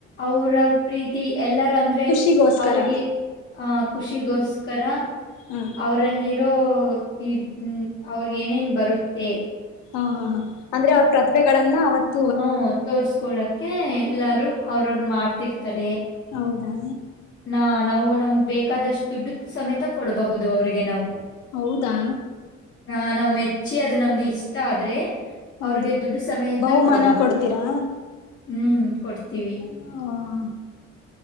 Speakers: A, on the left; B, on the left.
A: ಅವರ ಪ್ರೀತಿ ಎಲ್ಲಾರೂ ಅಂದ್ರ.
B: ಖುಷಿಗೋಸ್ಕರ
A: <inaudible> ಅವ್ರಿಗೆ ಆಹ ಖುಷಿಗೋಸ್ಕರ.
B: ಹಾ.
A: ಅವರಲ್ಲಿರೋ ಇದ್ ಅವ್ರಗೇಏನೇನು ಬರುತ್ತೆ.
B: ಹಾ ಹಾ ಹಾ ಅಂದ್ರೆ ಅವ್ರ ಪ್ರತಿಭೆಗಳನ್ನ ಅವತ್.
A: ಹೂ ತೋರ್ಸ್ಕೊಳಕ್ಕೆ ಎಲ್ಲಾರು ಅವ್ರ ಅವರು ಮಾಡ್ತಿರ್ತಾರೆ.
B: ಹೌದಾ.
A: ನಾ ನಾವು ನಮ್ಗ್ ಬೇಕಾದಷ್ಟು ದುಡ್ಡು ಸಮೇತ ಕೊಡಬಹುದು ಅವ್ರಿಗೆ ನಾವು.
B: ಹೌದಾ.
A: ಹ ನಾವ್ ಮೆಚ್ಚಿ ಅದು ನಮ್ಗೆ ಇಷ್ಟ ಆದ್ರೆ
B: ಹೌದು
A: ಅವ್ರಿಗೆ ದುಡ್ಡು ಸಮೇತ
B: ಬಹುಮಾನ
A: ಕೊಡಬಹುದು
B: ಕೊಡ್ತೀರಾ
A: ಹ್ಮ್ ಕೊಡ್ತೀವಿ
B: ಹ